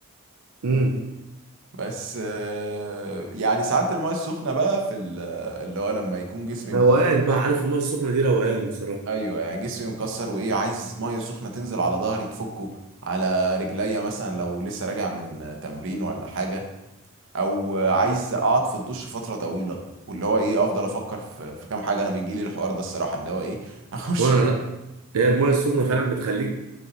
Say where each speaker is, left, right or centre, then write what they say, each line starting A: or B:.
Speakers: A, on the right; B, on the right.
A: امم
B: بس آه، يعني ساعات المايه السخنه بقى في ال- آه، اللي هو لما يكون جسمي
A: روقان
B: مك...
A: بقى عارف الميه السخنه دي روقان بصراحه
B: ايوه يعني جسمي مكسر وايه عايز ميه سخنه تنزل على ظهري تفكه على رجليا مثلا لو لسه راجع من تمرين ولا حاجه او عايز اقعد في الدش فتره طويله واللي هو ايه افضل افكر في في كام حاجه انا بيجي لي الحوار ده الصراحه اللي هو ايه <laughs> اخش
A: وانا لا هي الميه السخنه فعلا بتخليك